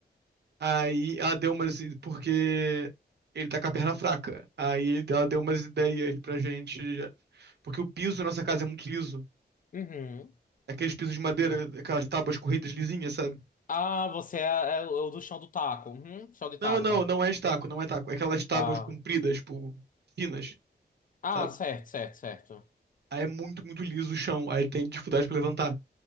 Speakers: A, on the right; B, on the left.
A: Aí ela deu umas. Porque ele tá com a perna fraca. Aí ela deu umas ideias pra gente. Porque o piso da nossa casa é muito liso.
B: Uhum.
A: Aqueles pisos de madeira, aquelas tábuas corridas lisinhas, sabe?
B: Ah, você é, é o do chão do taco. Uhum, chão de taco.
A: Não, não, não é estaco, não é taco. É aquelas tábuas
B: Ah,
A: compridas, tipo, finas,
B: ah,
A: sabe?
B: certo, certo, certo.
A: Aí é muito, muito liso o chão. Aí tem dificuldade pra levantar.